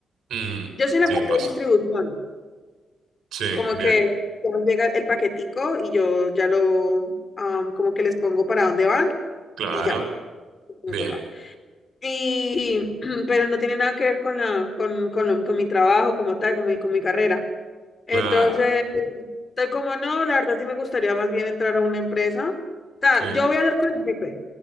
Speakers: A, on the right; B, on the left.
A: Mm,
B: Yo soy la
A: sí,
B: parte
A: pasa.
B: de distribución,
A: Sí,
B: como
A: bien.
B: que ya llega el paquetico y yo ya lo, am, como que les pongo para dónde van
A: Claro.
B: y ya, me
A: Bien.
B: toca. Y, <clears throat> pero no tiene nada que ver con la, con, con, lo- con mi trabajo como tal, con mi, con mi carrera. Entonces,
A: Claro,
B: estoy como, no, la verdad sí me gustaría más bien entrar a una empresa. O sea,
A: sí.
B: yo voy a hablar con el jefe.